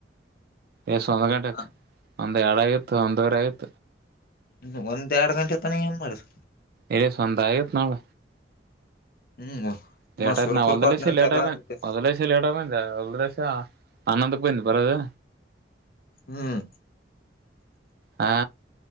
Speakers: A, on the right; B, on the left.
A: ಎಸ್ ಒಂದ್ ಗಂಟೆ ಆಯ್ತ್
B: ಹ.
A: ಒಂದು ಎರಡು ಆಗಿತ್ತು ಒಂದುವರೆ ಆಯಿತು.
B: ಹ್ಮ ಒಂದು ಎರಡು ಗಂಟೆ ತಾನೇ ಏನ್ ಮಾಡೋದ್.
A: ಏ ಸ್ವಂತ ಆಗತ್ ನೋಡ್
B: ಹ್ಮ್
A: ಲೇಟ್
B: ಮ
A: ಆಯ್ತು
B: ಸುರ್ಪುರ್ಕ
A: ಹೊಲ್ದಲಸಿ
B: ಹೋದ್ನಂತಲ್ಲ
A: ಲೇಟ್ ಆಗಿ ಬಾ
B: ಅದಕ್ಕೆ
A: ಹೊಲದಲೈಸಿ ಲೇಟ್ ಆಗಿ ಬಂದ್ಯಾ ಹೊಲ್ದ ಲೈಸೆ ಹನ್ನೊಂದಕ್ಕೆ ಬಂದಿ ಬರೋದು.
B: ಹ್ಮ್
A: ಹಾ